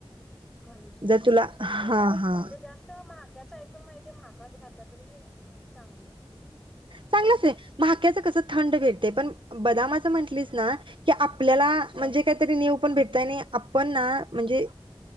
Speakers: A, in the centre; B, on the right.
A: घालू शकतोय
B: जर तुला
A: काय
B: हा
A: बरं
B: हा
A: म्हणजे जास्त महाक्यात ऐकून माहितीय माहाकाच घातला तरी चांगल
B: चांगलंच सतत माहक्याच कस थंड भे ते पण बदामाच म्हंटलीस ना की आपल्याला म्हणजे काहीतरी निउ पण भेटत आणि आपण ना म्हणजे